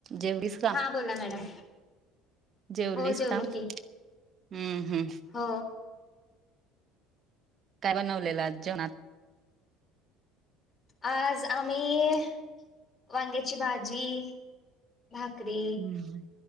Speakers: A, on the right (about 40°); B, on the left (about 20°).
A: जेवरीस का?
B: हा बोला मॅडम
A: जेवलीस
B: हो जेवलो
A: का हम्म
B: की
A: हम्म
B: हो
A: काय बनवलेलं आज जेवानात.
B: आज आम्ही वांग्याची भाजी भाकरी,
A: हम्म